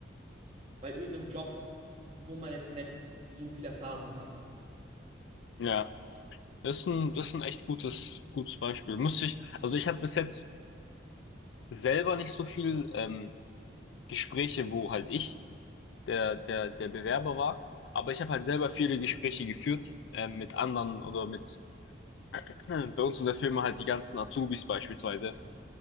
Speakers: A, on the right; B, on the left.
A: Bei irgendeinem Job, wo man jetzt nicht so viel Erfahrung hat.
B: Ja. Das ist ein, das ist ein echt gutes, gutes Beispiel. Musste ich, also ich hatte bis jetzt selber nicht so viel ähm, Gespräche, wo halt ich der, der, der Bewerber war, aber ich habe halt selber viele Gespräche geführt ähm, mit anderen oder mit <clears throat> bei uns in der Firma halt die ganzen Azubis beispielsweise.